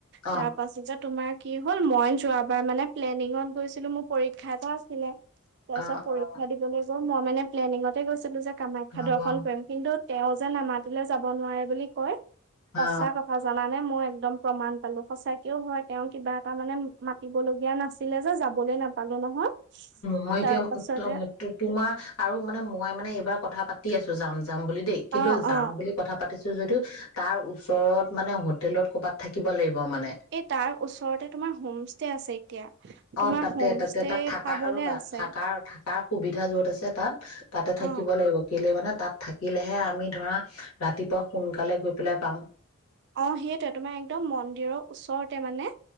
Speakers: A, on the left; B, on the right.
A: অ
B: তাৰ পাছিতত তোমাৰ কি হ'ল মই যোৱাবাৰ মানে প্লেনিঙত গৈছিলো মোৰ পৰীক্ষাটো আছিলে। তাৰ
A: অ
B: চ পৰীক্ষা
A: অ
B: দিবলৈ মই মানে প্লেনিঙতে গৈছিলো যে কামাখ্যা
A: ভাবা
B: দৰ্শন কৰিম কিন্তু তেওঁ যে নামাতলৈ যাব নোৱাৰে বুলি কয়।
A: হা
B: সঁচা কথা জানা মানে মই একদম প্ৰমাণ পালো সচেও হয় তেওঁ কিবা এটা মানে মাতিব লগগীয়া নাছিলে যে যাবলৈ নাপালো নহয়।
A: মই এতিয়া
B: তাৰ পাছতে
A: তোমাৰ আৰু মানে মই মানে এইবাৰ কথা প <unintelligible> দি আছো যাম যাম বুলি দেই কিন্তু
B: অ
A: যাম
B: অ
A: বুলি কথা পাতিছো যদিও তাৰ ওচৰত মানে হোটেলত কৰবাত থাকিব লাগিব। মানে
B: এই তাৰ ওচৰতে তোমাৰ হোম ষ্টে আছে এতিয়া তোমাৰ
A: অ', তাতে-
B: হোম
A: তাতে
B: ষ্টে
A: তাত থাক
B: পাবলে
A: ৰবা,
B: আছে
A: থাকা - থাকা সুবিধা যত আছে। তাত তাতে
B: অ
A: থাকিব লাগিব কেলৈ মানে তাত থাকিলেহে আমি ধৰা ৰাতিপুৱা সোনকালে গৈ পেলাই পাম।
B: অ', সেইটোৱে তোমাৰ একদম মন্দিৰৰ ওচৰতে মানে